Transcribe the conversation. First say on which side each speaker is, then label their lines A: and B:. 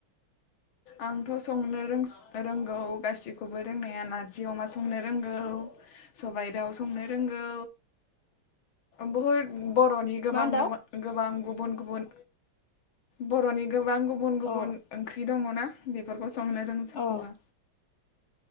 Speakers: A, on the left; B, on the left.
A: आंथ' संनो रोंस-रोंगौ गासिखौबो रोंनाया नारजि अमा संनो रोंगौ सबाइ दाउ संनो रोंगौ बुहुद बर'नि गोबां
B: मा दाउ
A: गोबां गोबां गुबुन गुबुन बर'नि गोबां गुबुन गुबुन
B: अ
A: ओंख्रि दङना बेफोरखौ संनो रोंजोबगौ
B: अ
A: आं